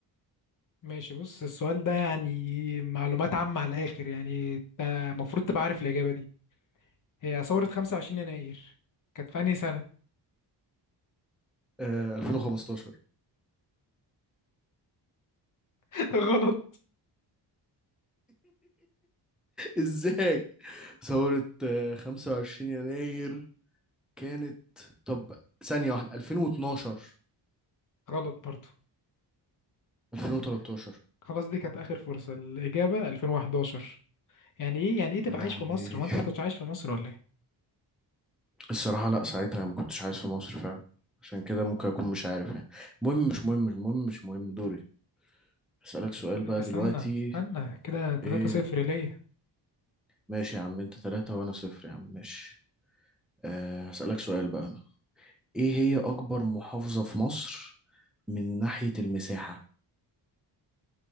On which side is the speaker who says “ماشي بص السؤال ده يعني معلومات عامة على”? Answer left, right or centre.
Left